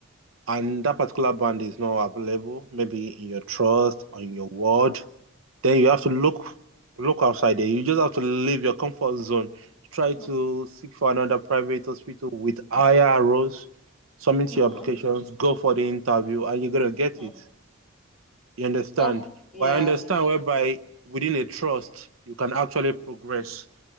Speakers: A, on the right; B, in the centre.
A: and that particular band is not available, maybe in your trust, on your ward, then you have to look look outside there. You just have to leave your comfort zone. Try
B: Mhm.
A: to seek for another private hospital with higher roles, submit
B: Mhm.
A: your applications, go for the interview, and you're gonna get
B: Mhm.
A: it. You understand?
B: Ah, yeah,
A: But I understand whereby within a trust you can actually progress.